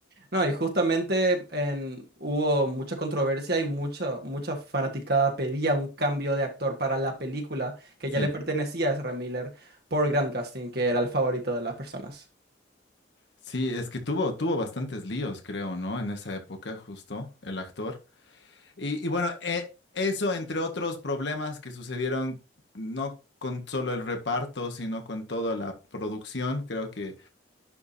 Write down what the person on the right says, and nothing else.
No, y justamente en, hubo mucha controversia y mucha, mucha fanaticada pedía un cambio de actor para la película que
ya le pertenecía a Ezra Miller por Grant Gustin, que era el favorito de las personas.